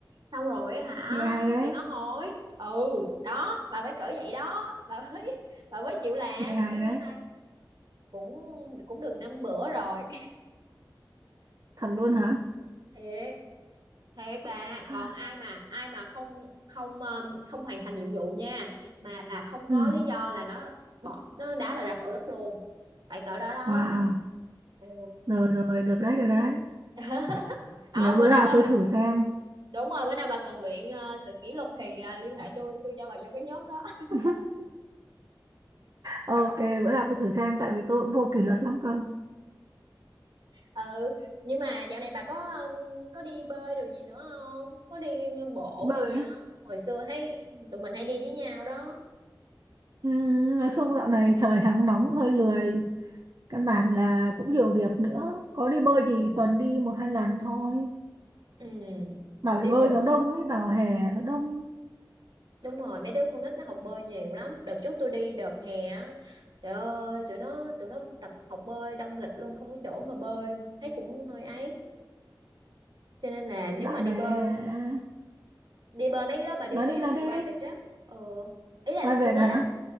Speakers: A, on the right; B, on the right.
A: xong rồi á hả
B: nghe hay đấy
A: tụi nó hối ừ đó bà phải cỡ vậy đó bà mới <laughs> bà mới chịu làm
B: nghe hay
A: mấy
B: đấy
A: bữa nay cũng cũng được năm bữa rồi
B: thật luôn hả
A: <laughs> thiệt thiệt bà
B: <gasps>
A: còn ai mà ai mà không không um, không hoàn thành nhiệm vụ nha mà bà không
B: ừ
A: có lý do là nó bỏ nó đá bà ra khỏi đất luôn phải cỡ đó đó
B: wow
A: ừ.
B: rồi rồi được đấy được đấy
A: <laughs> đó
B: để bữa
A: bữa nào
B: nào
A: mà
B: tôi
A: bà
B: thử xem
A: đúng rồi bữa nào bà cần luyện ờ, sự kỷ luật thì ờ, liên hệ tôi tôi cho bà vô cái nhóm đó <laughs>
B: <laughs> ok
A: Rồi.
B: bữa nào tôi thử xem tại vì tôi cũng vô kỷ luật lắm cơ
A: ừ nhưng mà dạo này bà có ờ, có đi bơi đồ gì nữa không có đi bộ
B: bơi
A: hay gì á
B: á
A: hồi xưa thấy tụi mình hay đi với nhau đó
B: ừ, nói chung dạo này trời nắng nóng hơi lười căn bản là cũng nhiều việc nữa có đi bơi
A: Ừ.
B: thì tuần đi một hai lần thôi
A: ừ
B: Bà bể
A: đi
B: bơi
A: bột
B: nó đông ấy, vào hè nó đông.
A: đúng rồi mấy đứa con nít nó học bơi nhiều lắm đợt trước tôi đi đợt hè á trời ơi tụi nó tụi nó tập học bơi đông nghịch luôn không có chỗ mà bơi luôn thấy cũng hơi ấy cho nên là nếu
B: Dạo
A: mà đi
B: này
A: bơi
B: à,
A: đi bơi mấy cái đó bà đi
B: nói
A: mấy
B: đi
A: cái
B: nói
A: hồ
B: đi,
A: private á ờ ý là
B: vai vẹt
A: tôi nói
B: hả?
A: là